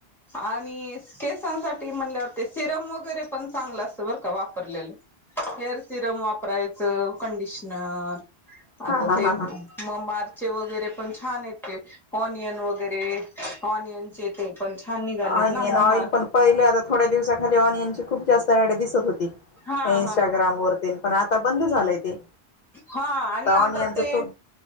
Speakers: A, in the centre; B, on the left.
A: आणि केसांसाठी म्हणल्यावर ते सिरम वगैरे पण चांगलं असत, बरं का वापरलेलं. हेअर सिरम वापरायचं. कंडिशनर आता
B: हा हा
A: ते
B: हा हा
A: म वगैरे पण छान ते, ऑनियन वगैरे ऑनियनचे ते पण छान निघालेत
B: ऑनियन
A: ना मग
B: ऑइल,
A: मार्क
B: पण पहिल आता थोड्या दिवसाखाली ऑनियन खूप जास्त ॲड दिसत होती, त्या
A: हा
B: इंस्टाग्राम
A: हा
B: वरती पण आता बंद झालंय ते.
A: हा आणि
B: ऑनियनच
A: आता ते
B: खूप